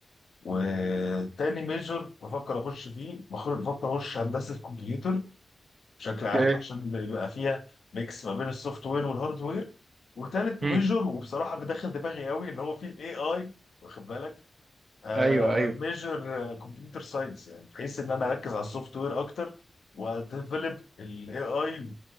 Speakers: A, on the left; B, on the right.
A: وتاني ميجر بفكر اخش فيه بخ- بفكر اخش هندسة كمبيوتر بشكل عام
B: اوكي
A: عشان بيبقى فيها ميكس ما بين السوفت وير والهارد وير وتالت ميجور
B: مم.
A: وبصراحه اللي داخل دماغي قوي اللي هو فيه الاي اي واخد بالك آه
B: ايوه ايوه
A: ميجور كمبيوتر ساينس يعني بحيث ان انا اركز على السوفت وير اكتر واديفلوب الاي اي